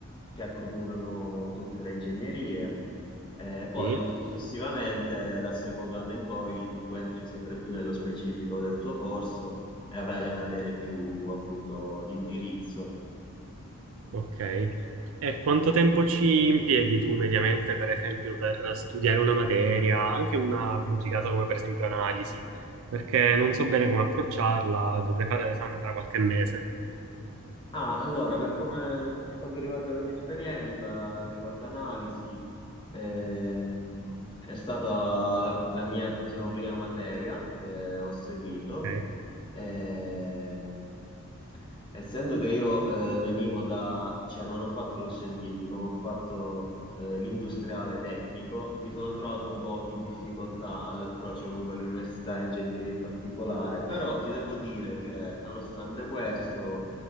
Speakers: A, on the left (about 20°); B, on the right (about 65°).
A: che accomunano tutte le ingegnerie. Eh, poi
B: Sì.
A: successivamente, dal secondo anno in poi, tu entri sempre più nello specifico del tuo corso e avrai le materie più appunto di indirizzo.
B: Ok. E quanto tempo ci impieghi tu mediamente, per esempio, per studiare una materia, anche una complicata come per esempio analisi? Perché non so bene come approcciarla, dovrei fare l'esame tra qualche mese.
A: Ah, allora, per come, per quanto riguarda la mia esperienza, riguardo analisi, ehm, è stata la, la mia, diciamo, prima materia che ho seguito
B: Ok.
A: Ehm, essendo che io eh, venivo da, cioè non ho fatto lo scientifico, ma ho fatto eh, l'industriale tecnico, mi sono trovato un po' in difficoltà all'approccio con quell'università di ingegneria in particolare, però ti devo dire che nonostante questo,